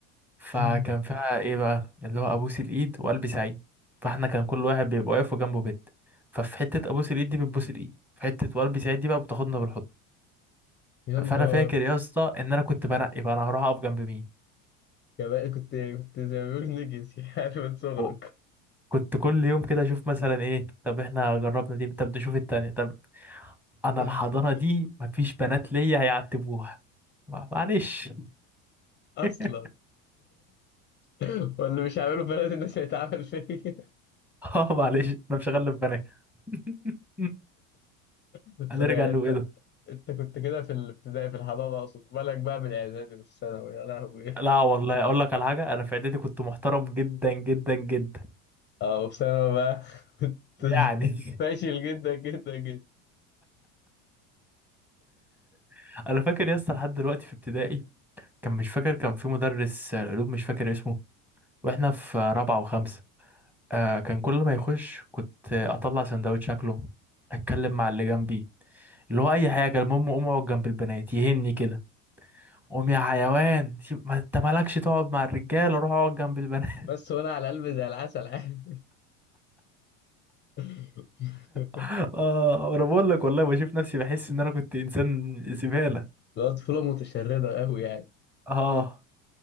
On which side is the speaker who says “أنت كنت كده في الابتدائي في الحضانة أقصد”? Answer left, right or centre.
Left